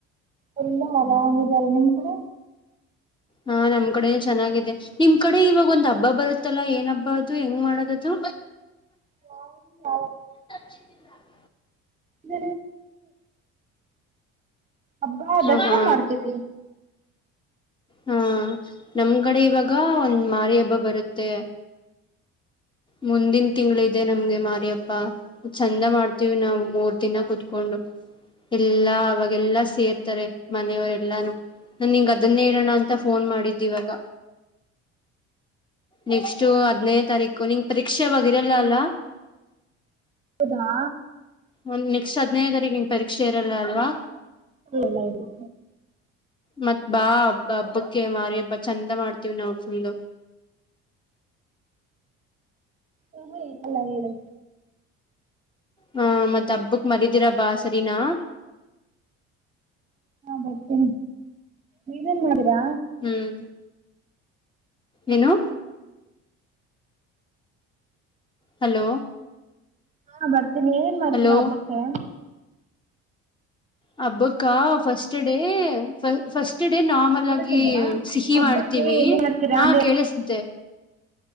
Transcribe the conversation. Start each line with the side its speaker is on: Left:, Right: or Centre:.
Right: ಎಲ್ಲಾ ಆರಾಮಾರೆ ನಿಮ್ ಕೂಡ
Left: ಹಾ ನಮ್ ಕಡೆ ಚೆನ್ನಾಗಿದೆ ನಿಮ್ ಕಡೆ ಇವಾಗ ಒಂದ್ ಹಬ್ಬ ಬರುತ್ತಲ್ಲಾ ಏನ್ ಹಬ್ಬ ಅದು ಹೆಂಗ್ ಮಾಡೋದದು
Right: ಹ
Left: ಹ
Right: ನ ಹಬ್ಬಾ
Left: ಹ
Right: ದಸರಾ
Left: ಹಾ
Right: ಮಾಡ್ತೀವಿ
Left: ಹಾ ನಮ್ಗಡೆ ಇವಾಗ ಒಂದ್ ಮಾರಿ ಹಬ್ಬ ಬರುತ್ತೆ ಮುಂದಿನ ತಿಂಗಳ ಇದೆ ನಮ್ಗೆ ಮಾರಿ ಹಬ್ಬಾ ಚಂದ ಮಾಡ್ತೀವಿ ನಾವು ಮೂರ್ ದಿನ ಕುೂತ್ಕೊಂಡು ಎಲ್ಲಾ ಅವಾಗೆಲ್ಲಾ ಸೇರ್ತಾರೆ ಮನೆಯವರೆ ಎಲ್ಲಾನು ನಾ ನಿಂಗ ಅದನ್ನೇ ಹೇಳೋಣ ಅಂತ ಫೋನ್ ಮಾಡಿದ್ದ ಇವಾಗ ನೆಕ್ಸ್ಟ್ ಹದ್ನೈೇ ತಾರೀಕು ನಿಂಗ ಪರೀಕ್ಷೆ ಅವಾಗ ಇರಲ್ಲ ಅಲ್ಲ
Right: ಹೌದಾ
Left: ಒಂದ ನೆಕ್ಸ್ಟ್ ಹದ್ನೈದನೇ ತಾರಿಕ್ ಪರೀಕ್ಷೆ ಇರಲ್ಲಾ ಅಲ್ಲವಾ
Right: ಇಲ್ಲ ಇಲ್ಲ
Left: ಮತ್ತ್ ಬಾಬ್ಬ ಹಬ್ಬಕ್ಕೆ ಮಾರಿ ಹಬ್ಬ ಚಂದ ಮಾಡ್ತೀವಿ್ ನಾವು ಫುಲ್ಲ
Right: ಹಾ ಹಾ ಹೇಳಲ್ಲಾ ಹೇಳು
Left: ಹಾ ಮತ್ ಹಬ್ಬಕ್ ಮರಿದಿರ ಬಾ ಸರಿನಾ
Right: ಮತ್ತೆ ನೀವೇನ್ ಮಾಡೀರಾ
Left: ಹ್ಮ್ ಏನು ಹಲೋ
Right: ಹಾ ಬರ್ ನೀವೇನ್ ಮಾಡ್ತೀರಾ
Left: ಹಲೋ
Right: ಹಬ್ಬಕ್ಕೆ
Left: ಹಬ್ಬಕ ಅಕ್ಕ first day first day normal
Right: ಕೇಳ್ತಿಲ್ವಾ
Left: ಆಗಿ ಸಿಹಿ
Right: ಹಬ್ಬಕ್ಕೆ
Left: ಮಾಡ್ತೀವಿ
Right: ಏನೇನ್ ಮಾಡ್ತೀರಾ
Left: ಹಾ
Right: ಅಂದೆ
Left: ಕೇಳಿಸ್ದೆ